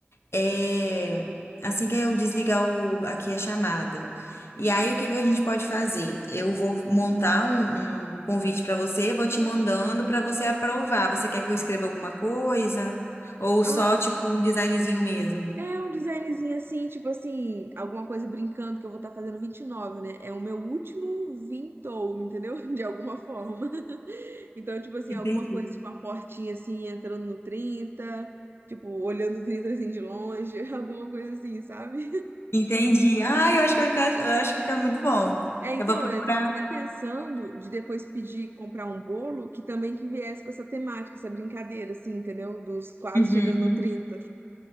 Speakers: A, on the left; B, on the right.
A: É, assim que eu desligar o- aqui a chamada. E aí, o que que a gente pode fazer? Eu vou montar um, um convite para você, vou te mandando para você aprovar. Você quer que eu escreva alguma coisa? Ou
B: Ah,
A: só, tipo, um designzinho mesmo?
B: é um designzinho assim, tipo assim, alguma coisa brincando, que eu vou estar fazendo 29, né? É o meu último vintou, entendeu? <laughs> De alguma forma. Então, tipo assim,
A: Uhum.
B: alguma coisa, tipo uma portinha assim, entrando no 30, tipo, olhando o 30 assim de longe, <laughs> alguma coisa assim, sabe?
A: Entendi. Ah, eu acho que vai ficar, eu acho que vai ficar muito bom.
B: É, então,
A: Eu vou procurar.
B: eu estava até pensando de depois pedir comprar um bolo que também que viesse com essa temática, essa brincadeira, assim, entendeu? Dos quase
A: Uhum.
B: chegando no 30.